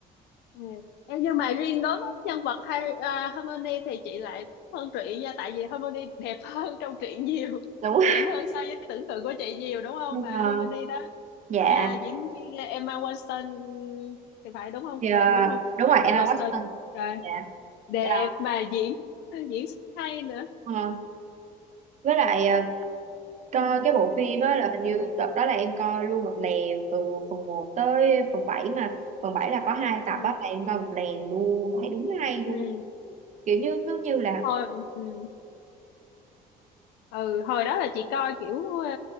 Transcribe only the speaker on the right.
Đúng.
Ờ,
dạ
Thì,
ờ,
đúng
rồi Emma
Watson
dạ
Ờ,
ờ, với lại ờ, coi cái bộ phim á là hình như đợt đó là em coi luôn một lèo từ phần một tới phần bảy mà phần 7 là có hai
tập á là em coi một lèo luôn thấy đúng hay
luôn kiểu như nó như là